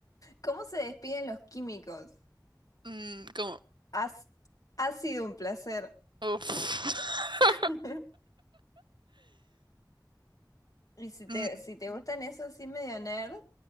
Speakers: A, on the left; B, on the right.
A: ¿Cómo se despiden los químicos?
B: Mm, ¿cómo?
A: Has- ha sido un placer.
B: Uf. <laughs>
A: <laughs> Y si te,
B: Mm,
A: si te gustan esos así medio nerd,